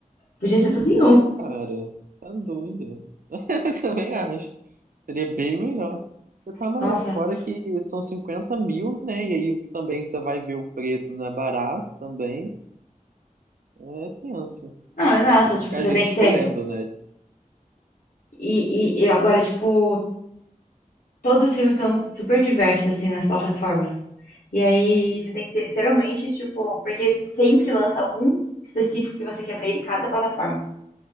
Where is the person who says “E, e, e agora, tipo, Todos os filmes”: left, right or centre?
Left